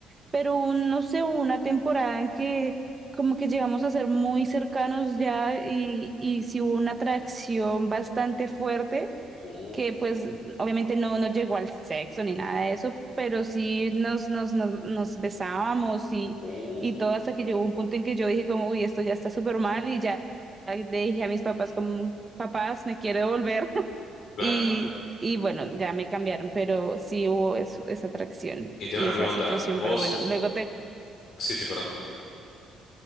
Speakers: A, on the right; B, on the left.
A: Pero un- no sé, hubo una temporada en que como que llegamos a ser muy cercanos ya y, y sí hubo una atracción bastante fuerte
B: Uh,
A: que pues obviamente no, no llegó al sexo ni nada de eso, pero sí nos, nos, nos, nos besábamos y,
B: uh,
A: y todo hasta que llegó un punto en que yo dije como, uy, esto ya está súper mal y ya le dije a mis papás como, papás, me quiero devolver <laughs>
B: Claro.
A: y, y bueno, ya me cambiaron, pero sí hubo eso- esa atracción
B: Y te
A: y
B: hago una
A: esa
B: pregunta.
A: situación,
B: Vos,
A: pero bueno, luego te,
B: sí, sí, perdón.